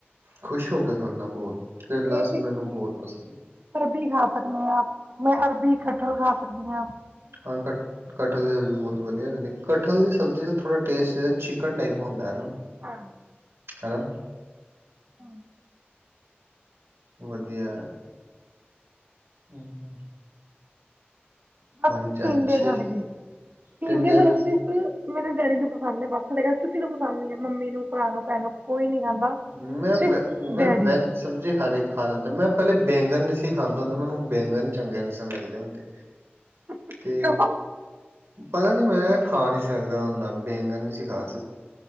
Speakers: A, on the right; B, on the right.
A: ਖੁਸ਼ ਹੋ ਕੇ ਖਾਂਦਾ ਬਹੁਤ। ਕਰੇਲਾਸ
B: ਇਹ ਅਸੀਂ
A: ਮੈਨੂੰ ਬਹੁਤ ਪਸੰਦ ਹੈ।
B: ਅਰਬੀ ਖਾ ਸਕਦੇ ਹਾਂ, ਮੈਂ ਅਰਬੀ, ਕਠਲ ਖਾ ਸਕਦੀ ਹਾਂ।
A: ਹਾਂ ਘੱ ਕਠਲ ਦੀ ਸਬਜ਼ੀ ਬਹੁਤ ਵਧੀਆ ਰਹਿੰਦੀ। ਕਠਲ ਦੀ ਸਬਜ਼ੀ ਦਾ ਥੋੜ੍ਹਾ ਟੇਸਟ ਚਿਕਨ ਟਾਈਪ ਹੁੰਦਾ, ਹੈ ਨਾ?
B: ਹਾਂ।
A: ਹਨਾ।
B: ਹਾਂ।
A: ਵਧੀਆ ਏ।
B: ਬ
A: ਚ
B: ਤਿੰਨਡ
A: ਅੱਛੇ
B: ਖਾਣਗੇ ਤਿੰਨਡ
A: ਟਿੰਡੇ
B: ਖਣ
A: ਮੈਂ
B: ਸੀ। ਮੇਰੇ ਡੈਡੀ ਨੂੰ ਪਸੰਦ ਹੈ ਬਥੇ ਦੇ ਕਿਸੇ ਨੂੰ ਪਸੰਦ ਨ ਹੈ ਮੰਮੀ ਨੂੰ, ਭਰਾ ਨੂੰ, ਭੈਣ ਨੂੰ ਕੋਈ ਨੀ ਖਾਂਦਾ
A: ਮੈਂ ਵ
B: ਸ
A: ਮੈਂ
B: ਡੈਡੀ
A: ਵੈਜ ਸਬਜ਼ੀ ਹਰ ਇੱਕ ਖਾ ਲੈਂਦਾ ਮੈਂ ਪਹਿਲੇ ਬੈਂਗਨ ਨਹੀਂ ਸੀ ਖਾਂਦਾ ਹੁੰਦਾ ਮੈਨੂੰ ਬੈਂਗਨ ਚੰਗੇ ਨਹੀਂ ਸੀ ਲੱਗਦੇ ਹੁੰਦੇ।
B: <unintelligible>
A: ਤੇ
B: ਕਿਉਂ
A: ਪਤਾ ਨੀ ਮੈਂ ਖਾ ਨਹੀਂ ਸਕਦਾ ਹੁੰਦਾ ਬੇਗਣ ਨਹੀਂ ਸੀ ਖਾ